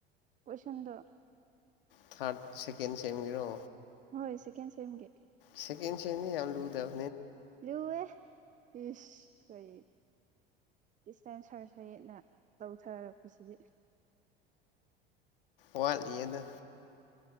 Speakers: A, on the right (about 25°); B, on the left (about 65°).
A: ꯀꯣꯏꯁꯟꯗꯣ
B: ꯊꯔꯗ ꯁꯦꯀꯦꯟ ꯁꯦꯝꯝꯒꯤꯔꯣ
A: ꯍꯣꯏ ꯁꯦꯀꯦꯟ ꯁꯦꯝꯒꯤ
B: ꯁꯀꯦꯟ ꯁꯦꯝꯅꯤ ꯌꯥꯝ ꯂꯨꯗ
A: ꯂꯨꯋꯦ ꯏꯁ ꯀꯩ ꯇꯤꯁꯇꯥꯏꯝ ꯁꯔ ꯁꯍꯤꯠꯅ ꯇꯧꯊꯔꯛꯄꯁꯤꯗꯤ
B: ꯋꯥꯠ ꯂꯤ ꯌꯦꯗ